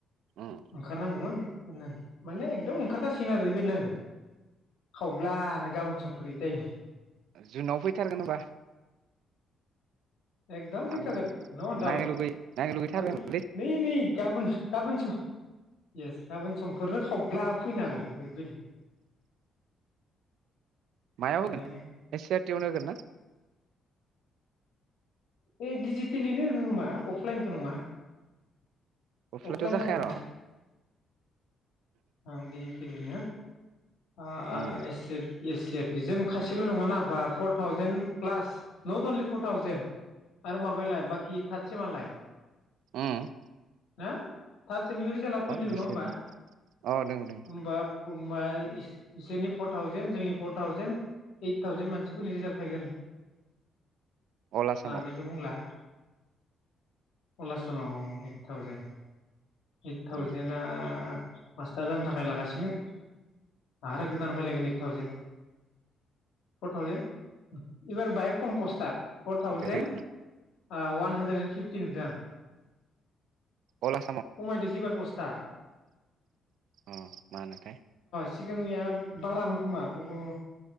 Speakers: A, on the right; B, on the left.
A: उम
B: ओंखारनांगौमोन होननानै माने एकदम ओंखारथारसिगोन आरो ओरैबायदि नांदों खावब्लानो गाबोन समफोरै टाइमनि
A: जुनाव फैथारगोन होमबा
B: एकदम फैखागोन
A: आं
B: न' दाउट
A: नायनो लुबै नायनो लुगैथारबायमोनलै
B: माने नै नै गाबोन गाबोन सम एस गाबोन समफोरनो खावब्ला फैनोहागौ ओरैबायदि
A: मायाव
B: माने
A: होगोन ए सि आर टि आवनो होगोन ना?
B: ए डिजिटेलिनो होगोन खोमा अफलाइनथ' नङा
A: अफलाइनथ'
B: अफलाइन
A: जाखाय
B: जानाय
A: र'
B: ओं डिजिटेलयैनो <unintelligible>
A: उम
B: बेजों खासेल' नङाना बा four thousand plus not only four thousand आरो माबायालाय बाकि थार्ड सेमालाय
A: ओम
B: <unintelligible> थारड सेमनिबो रिजालआ फैनो दोङो
A: बिसोरनो
B: नङा होमबा
A: अ दोङो दोङो
B: होमबा होमबा इस इसोरनि फर थावजेन जोंनि फर थावजेनड ओइट थावजेेन मानसिफोरनि रिजाल्ट फैगोन
A: अल आसामाव
B: लानजायखौ बुंला अल आसामाव अ ओइट थउजेन ओइद थावजेना
A: उम
B: मास्टार जानो थाखाय लागासिनो आरो गोदान फैलायगोन ओइट थावजेन फर थावजेन एबार बाय खम पस्टआ फर थावजेन
A: ओमफ्राय
B: आ वान हान्ड्रेद एन्ड फिफ्टि नुदो आं
A: अल आ
B: खमायदोसो इबार पस्ट ता
A: अ मा होनोथाय।
B: सिगांनिया बारामोन खोमा अ।